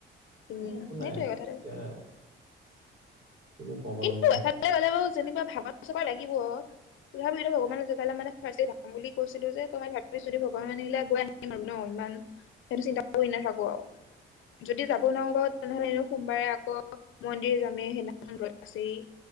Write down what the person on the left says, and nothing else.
উম
সেইটোৱে কথাটো
কিন্তু
এফালে গ'লে বাৰু যেনিবা ভাগৰ চাগৰ লাগিব। তথাপি এতিয়া ভগৱানৰ জেগালে মানে ফাৰ্ষ্টে যাম বুলি কৈছিলো যে, ত' মই ভাৱিছো যদি ভগৱানে নিলে গৈ আহিম আৰু ন। ইমান সেইটো চিন্তা কৰি নাথাকো আৰু। যদি যাব নোৱাৰো বাৰু তেনেহ'লে এনেও সোমবাৰে আকৌ মন্দিৰ যামেই, সেইদিনা আছেই